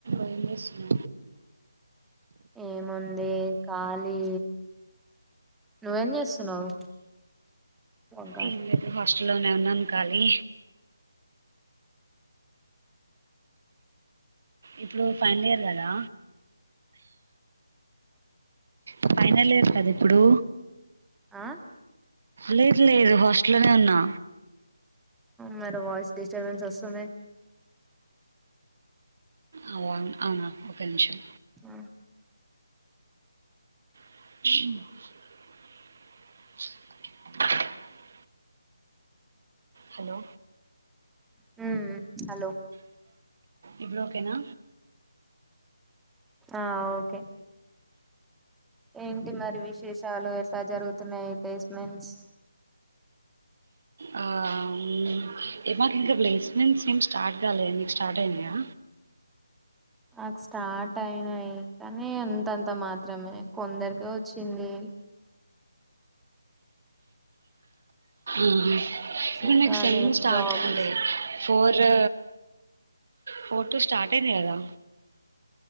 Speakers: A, on the right; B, in the centre.
A: ఏం చేస్తున్నావ్
B: ఏముంది ఖాలీ నువ్వేం చేస్తున్నావు ఉన్నావా
A: ఇల్దు అస్ <unintelligible> ఇంట్లోనే ఉన్నాను కాలీ ఇప్పుడు ఫైనల్ ఇయర్ కదా అ ఫైనల్ ఇయర్ కదా ఇప్పుడు
B: ఆ
A: లేదు లేదు హాస్టల్లోనే ఉన్నా
B: మరి వాయిస్ డిస్టర్బెన్స్ ఓస్తుంది
A: అవు అవునా ఒక నిమిషం
B: ఆ
A: ఆ హలో
B: హు హ్ హలో
A: ఇప్పుడు ఒకే నా
B: ఆ ఓకే ఏంటి మరి విశేషాలు ఎట్లా జరుగు తున్నయి ప్లేస్మెంట్స్
A: ఆహ్ మాకు ఇంకా ప్లేస్మెంట్స్ ఏమ్ స్టార్ట్ కాలే మిక్ స్టార్ట్ అయినయా
B: నాకు స్టార్ట్ అయినాయి కానీ అంతంత మాత్రమే కొందరికే వచ్చింది
A: ఉహు ఇప్పుడు
B: చూడాలి
A: మిక్ సేమ్ము స్టార్ట్
B: జాబ్స్
A: అంటే ఫోర్ ర్ ఫోర్ టూ స్టార్ట్ అయిందిగదా